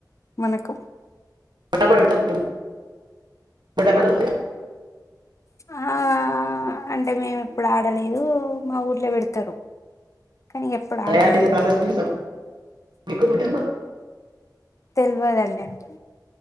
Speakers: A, on the left (about 45°); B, on the right (about 80°).
A: మనకు
B: బొడ్డమ్మ పెడతారు మీరు <unintelligible>
A: ఆ అంటే మేము ఇప్పుడు ఆడలేదు మా ఊర్లో పెడతారు కానీ ఎప్పుడు
B: తయారకుట్ట
A: ఆడలేదు నేను
B: ఎప్పుడూ
A: తెల్వదండి అంటే